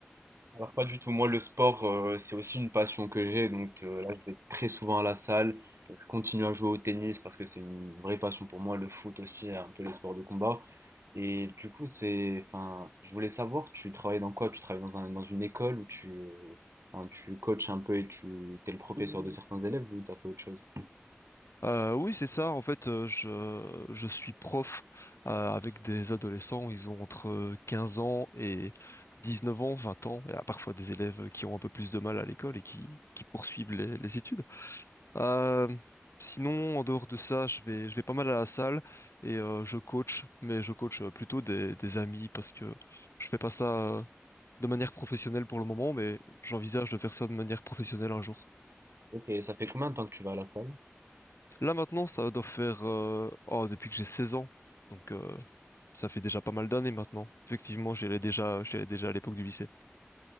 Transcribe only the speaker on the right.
Alors, pas du tout. Moi, le sport, euh, c'est aussi une passion que j'ai. Donc euh, là, je vais très souvent à la salle. Je continue à jouer au tennis parce que c'est une vraie passion pour moi. Le foot aussi, et un peu les sports de combat. Et du coup, c'est, enfin, je voulais savoir, tu travailles dans quoi? Tu travailles dans un- dans une école où tu, euh, enfin, tu coaches un peu et tu, t'es le professeur de certains élèves ou t'as fait autre chose?
Ok, ça fait combien de temps que tu vas à la salle?